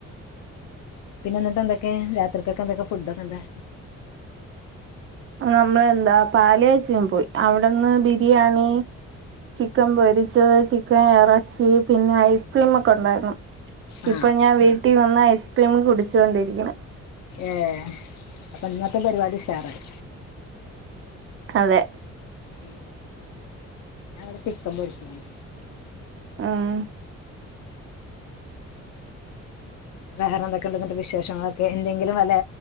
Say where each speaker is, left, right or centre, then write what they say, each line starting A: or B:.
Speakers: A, on the left; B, on the right.
A: പിന്നെന്നിട്ട്ന്തൊക്കെ രാത്രിക്കേക്കെന്തൊക്കെ ഫുഡൊക്കെന്താ?
B: നമ്മളെന്താ പാലാഴ്ച്ചിന് പോയി അവിടെന്ന് ബിരിയാണി ചിക്കൻ പൊരിച്ചത്, ചിക്കൻ എറച്ചി, പിന്നെ ഐസ്ക്രീമൊക്കെണ്ടായിരുന്നു
A: ആ
B: ഇപ്പൊ ഞാൻ വീട്ടി വന്ന് ഐസ് ക്രീം കുടിച്ചോണ്ടിരിക്ക്ണ്
A: ഏഹ് അപ്പയിന്നത്തെ പരിപാടി ഉഷാറായി
B: അതെ
A: ഉം ഞാ ഇവടെ ചിക്കൻ പൊരിക്കാണ്
B: ആഹ്
A: വേറെന്തൊക്കെണ്ട് ന്നിട്ട് വിശേഷങ്ങളൊക്കെ എന്തെങ്കിലും വല്ലേ